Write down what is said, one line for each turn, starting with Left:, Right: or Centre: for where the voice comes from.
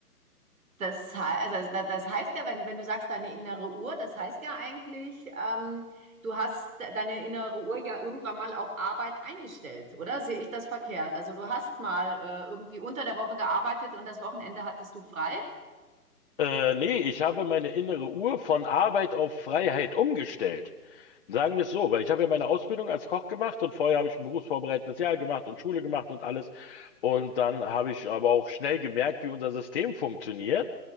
Right: Das heißt, also das, das heißt ja, wenn, wenn du sagst, deine innere Uhr, das heißt ja eigentlich, ähm, du hast de- deine innere Uhr ja irgendwann mal auf Arbeit eingestellt, oder? Sehe ich das verkehrt? Also du hast mal äh, irgendwie unter der Woche gearbeitet und das Wochenende hattest du frei?
Left: Äh, nee, ich habe meine innere Uhr von Arbeit auf Freiheit umgestellt. Sagen wir es so, weil ich habe ja meine Ausbildung als Koch gemacht und vorher habe ich ein berufsvorbereitendes Jahr gemacht und Schule gemacht und alles. Und dann habe ich aber auch schnell gemerkt, wie unser System funktioniert.